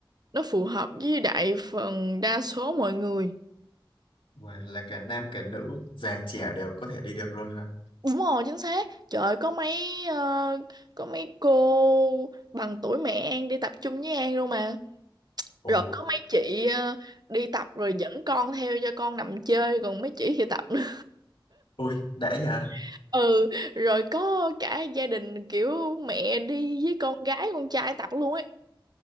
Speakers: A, on the right; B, on the left.
A: nó phù hợp với đại phần đa số mọi người
B: và là cả nam cả nữ già trẻ đều có thể đi được luôn hả?
A: đúng rồi chính xác trời ơi, có mấy ờ, có mấy cô bằng tuổi mẹ An đi tập chung với An luôn mà
B: Ồ,
A: rồi có mấy chị ờ, đi tập rồi dẫn con theo cho con nằm chơi còn mấy chị thì tập nữa
B: ui đấy nhỉ?
A: <laughs> ừ rồi có cả gia đình kiểu mẹ đi với con gái con trai tập luôn ấy